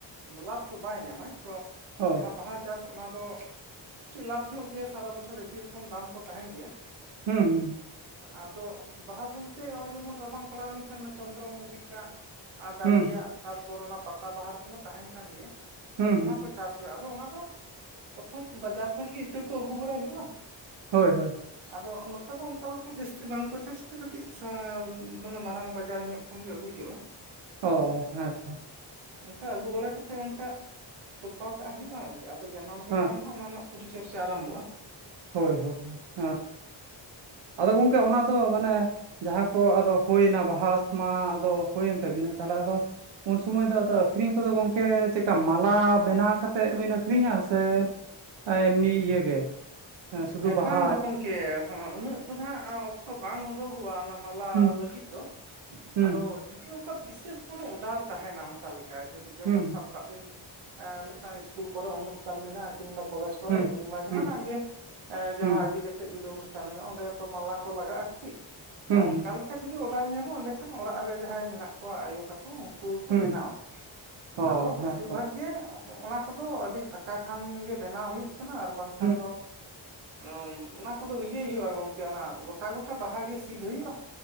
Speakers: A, on the right; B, on the right.
A: ᱞᱟᱵᱷ ᱫᱚ ᱵᱟᱭ ᱧᱟᱢᱟᱣ ᱛᱚ
B: ᱚ
A: ᱡᱟᱦᱟᱸ ᱵᱟᱦᱟ ᱪᱟᱥ ᱚᱱᱟ ᱫᱚ ᱠᱟᱹᱴᱤᱜ ᱞᱟᱵᱷ ᱧᱚᱜ ᱜᱮᱭᱟ ᱥᱟᱨᱟ ᱵᱚᱪᱷᱚᱨ ᱮᱠᱤ ᱨᱚᱠᱚᱢ ᱫᱟᱢ ᱠᱚ ᱛᱟᱦᱮᱸᱱ ᱜᱮᱭᱟ᱾
B: ᱦᱮᱸ ᱦᱩᱸᱦᱩᱸ,
A: ᱟᱫᱚ ᱵᱟᱦᱟ ᱵᱚᱞᱛᱮ ᱦᱚᱸᱜᱼᱚᱭ ᱡᱮᱢᱚᱱ ᱨᱟᱵᱟᱝ ᱯᱟᱲᱟᱣ ᱞᱮᱱᱠᱷᱟᱱ ᱪᱚᱱᱫᱨᱚ ᱢᱚᱞᱞᱤᱠᱟ ᱟᱨ ᱰᱟᱞᱤᱭᱟ
B: ᱦᱩᱸ ᱦᱩᱸ
A: ᱛᱟᱨᱯᱚᱨ ᱚᱱᱟ ᱯᱟᱛᱟ ᱵᱟᱦᱟᱨ ᱠᱚᱢᱟ ᱛᱟᱦᱮᱸᱱ ᱠᱟᱱ ᱜᱮᱭᱟ᱾
B: ᱦᱩᱸ
A: ᱚᱱᱟ
B: ᱦᱩᱸ
A: ᱠᱚ ᱪᱟᱥ ᱦᱩᱭᱩᱜᱼᱟ ᱟᱫᱚ ᱚᱱᱟ ᱫᱚ ᱯᱨᱚᱛᱷᱚᱢ ᱵᱟᱡᱟᱨ ᱠᱷᱚᱱ ᱜᱮ ᱤᱛᱟᱹ ᱠᱚ ᱟᱹᱜᱩ ᱵᱟᱲᱟᱭ ᱦᱩᱭᱩᱜᱼᱟ᱾
B: ᱦᱳᱭ ᱦᱳᱭ,
A: ᱟᱫᱚ ᱱᱚᱛᱮ ᱫᱚ ᱚᱝᱠᱟ ᱞᱮᱠᱟ ᱡᱟᱹᱥᱛᱤ ᱵᱟᱝᱠᱚ ᱛᱮ ᱠᱟᱹᱴᱤᱜ ᱥᱟᱨ ᱢᱟᱱᱮ ᱢᱟᱨᱟᱝ ᱵᱟ ᱡᱟᱲ ᱧᱚᱜ ᱠᱷᱚᱱ ᱜᱮ ᱟᱹᱜᱩ ᱦᱩᱭᱩᱜᱼᱟ᱾
B: ᱚ ᱦᱮᱸ ᱛᱚ᱾
A: ᱚᱝᱠᱟ ᱟᱹᱜᱩ ᱵᱟᱲᱟ ᱠᱟᱛᱮᱜ ᱚᱱᱠᱟ ᱛᱚᱯᱟ ᱠᱟᱜ ᱦᱩᱭᱩᱜᱼᱟ ᱟᱫᱚ ᱡᱟᱱᱟᱢ ᱞᱮᱱᱠᱷᱟᱱ
B: ᱦᱮᱸ
A: ᱦᱟᱸᱜ ᱚᱱᱟ ᱱᱟᱜ ᱯᱚᱨᱤᱪᱚᱨᱪᱟ ᱟᱨᱟᱢᱵᱷᱚᱜᱼᱟ᱾
B: ᱦᱳᱭ ᱦᱳᱭ ᱦᱳᱭ ᱦᱮᱸ ᱟᱫᱚ ᱜᱚᱝᱠᱮ ᱚᱱᱟ ᱫᱚ ᱢᱟᱱᱮ ᱡᱟᱦᱟᱸ ᱠᱚ ᱟᱫᱚ ᱦᱩᱭᱱᱟ ᱵᱟᱦᱟ ᱢᱟ ᱟᱫᱚ ᱦᱩᱭᱮᱱ ᱛᱟᱵᱤᱱᱟ ᱛᱟᱞᱦᱮ ᱟᱫᱚ ᱩᱱ ᱥᱚᱢᱚᱭ ᱫᱚ ᱟᱫᱚ ᱟᱹᱠᱷᱨᱤᱧ ᱠᱚᱫᱚ ᱜᱚᱝᱠᱮ ᱪᱮᱜᱠᱟ ᱢᱟᱞᱟ ᱵᱮᱱᱟᱣ ᱠᱟᱛᱮᱜ ᱵᱤᱱ ᱟᱹᱠᱷᱨᱤᱧᱟ ᱥᱮ ᱟ ᱮᱢᱱᱤ ᱤᱭᱟᱹ ᱜᱮ? ᱥᱩᱫᱷᱩ
A: ᱮ
B: ᱵᱟᱦᱟ
A: ᱵᱟᱝ ᱜᱚᱝᱠᱮ᱾ ᱦᱚᱸ ᱩᱱᱟᱹᱜ ᱫᱚ ᱱᱟᱜ ᱚᱠᱛᱚ ᱵᱟᱝ ᱩᱰᱩᱠᱚᱜᱼᱟ ᱚᱱᱟ ᱢᱟᱞᱟ
B: ᱦᱩᱸ
A: ᱞᱟᱹᱜᱤᱜ ᱫᱚ
B: ᱦᱩᱸ
A: ᱟᱫᱚ ᱡᱩᱫ ᱫᱤ ᱚᱝᱠᱟ ᱵᱤᱥᱮᱥ ᱠᱳᱱᱳ ᱚᱰᱟᱨ ᱛᱟᱦᱮᱸᱱᱟ ᱚᱝᱠᱟ ᱞᱮᱠᱟ ᱡᱮ-ᱡᱮᱢᱚᱱ
B: ᱦᱩᱸ
A: ᱥᱟᱵ ᱠᱟᱜ ᱵᱤᱱ ᱮᱸ ᱢᱤᱫᱴᱟᱝ ᱥᱠᱩᱞ ᱠᱚᱨᱮ ᱚᱱᱩᱥᱴᱷᱟᱱ ᱢᱮᱱᱟᱜᱼᱟ, ᱠᱤᱢᱵᱟ ᱠᱚᱞᱮᱡᱽ ᱠᱚᱨᱮ
B: ᱦᱩᱸ
A: ᱠᱤᱢᱵᱟ ᱡᱟᱦᱟᱱᱟᱜ
B: ᱦᱩᱸ
A: ᱜᱮ ᱮᱸ ᱡᱟᱦᱟᱸ
B: ᱦᱩᱸ
A: ᱤᱫᱤ ᱠᱟᱛᱮᱜ ᱡᱩᱫᱤ ᱚᱱᱩᱥᱴᱷᱟᱱ ᱦᱩᱭᱩᱜᱼᱟ ᱚᱸᱰᱮ ᱛᱚ ᱢᱟᱞᱟ ᱠᱚ ᱞᱟᱜᱟᱜᱼᱟ ᱴᱤᱜ ᱛᱚ
B: ᱦᱩᱸ
A: ᱚᱝᱠᱟ ᱞᱮ ᱠᱟ ᱡᱩᱫᱤ ᱚᱰᱟᱨ ᱧᱟᱢᱚᱜᱼᱟ ᱮᱸᱰᱮᱠᱷᱟᱱ ᱚᱲᱟᱜ ᱨᱮ ᱡᱟᱦᱟᱸᱭ ᱢᱮᱱᱟᱜ ᱠᱚᱣᱟ ᱟᱭᱳ ᱛᱟᱠ ᱠᱩ ᱩᱝᱠᱩ ᱜᱮᱠᱚ
B: ᱦᱩᱸ
A: ᱵᱮᱱᱟᱣᱟ
B: ᱚ
A: ᱟᱫᱚ
B: ᱦᱮᱸ
A: ᱵᱮᱥᱤᱨ
B: ᱛᱚ
A: ᱵᱷᱟᱜᱽ ᱜᱮ ᱚᱱᱟ ᱠᱚᱫᱚ ᱟᱹᱰᱤ ᱯᱷᱟᱠᱟ ᱠᱷᱟᱱ ᱜᱮ ᱵᱮᱱᱟᱣ ᱦᱩᱭᱩᱜ ᱠᱟᱱᱟ ᱟᱨ ᱵᱟᱝᱠᱷᱟᱱ
B: ᱦᱩᱸ
A: ᱫᱚ ᱚᱸ-ᱚᱱᱟ ᱠᱚᱫᱚ ᱤᱭᱟᱹᱭ ᱦᱩᱭᱩᱜᱼᱟ ᱜᱚᱝᱠᱮ ᱚᱱᱟ ᱜᱚᱴᱟ ᱜᱚᱴᱟ ᱵᱟᱦᱟ ᱜᱮ ᱥᱤᱫᱽ ᱦᱩᱭᱩᱜᱼᱟ᱾